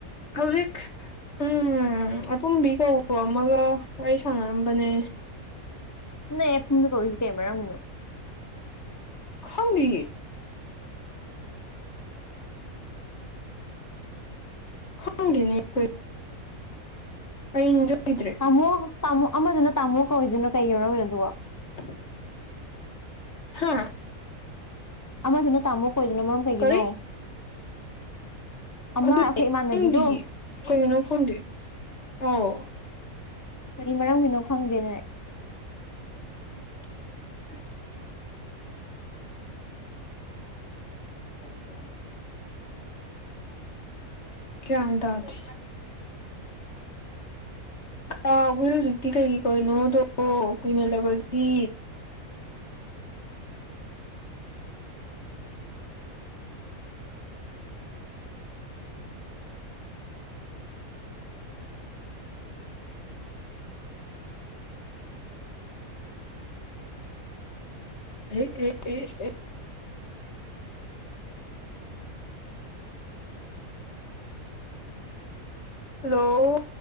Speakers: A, on the left; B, on the left.
A: ꯍꯧꯖꯤꯛ ꯎꯝ ꯑꯄꯨꯝꯕꯤ ꯀꯧꯕ ꯑꯃꯒ ꯋꯥꯔꯤ ꯁꯥꯟꯅꯔꯝꯕꯅꯦ
B: ꯅ ꯄꯨꯡꯗ ꯀꯧꯔꯤꯁꯤ ꯀꯩ ꯃꯔꯝꯒꯤꯅꯣ
A: ꯈꯪꯅꯤ ꯍꯪꯒꯦꯅꯤ ꯀꯣꯏ ꯑꯩꯟꯖꯗ꯭ꯔꯦ
B: ꯇꯥꯃꯣ ꯇꯥꯃꯣ ꯑꯃꯗꯨꯅ ꯇꯥꯃꯣ ꯀꯧꯏꯗꯨꯅꯣ ꯀꯩ ꯌꯧꯔꯝꯃꯤꯅꯣ ꯑꯗꯨꯒ
A: <inaudible> ꯍꯥꯥ
B: ꯑꯃꯗꯨꯅ ꯇꯥꯃꯣꯛ ꯀ ꯑꯣꯏꯗꯅ ꯃꯔꯝ ꯀꯩꯒꯤꯅꯣ
A: ꯀꯔꯤ
B: ꯑꯃ
A: ꯑꯗꯨꯅꯦ
B: ꯑꯩꯈꯣꯏ ꯏꯃꯥꯟꯅꯕꯤꯗꯣ
A: ꯈꯪꯗꯤ ꯀꯔꯤꯅꯣ ꯈꯪꯗꯦ ꯑꯥꯎ
B: ꯀꯔꯤ ꯃꯔꯝꯒꯤꯅꯣ ꯈꯪꯗꯦꯅꯅꯦ
A: <inaudible> ꯎ ꯀꯌꯥꯝꯗꯖꯤ ꯍꯥꯎꯕꯦ ꯍꯧꯖꯤꯛꯇꯤ ꯀꯩꯒꯤ ꯀꯅꯣꯗꯣ ꯀꯨꯏꯃꯂꯕꯒꯤ ꯑꯦ ꯑꯦ ꯍꯜꯂꯣ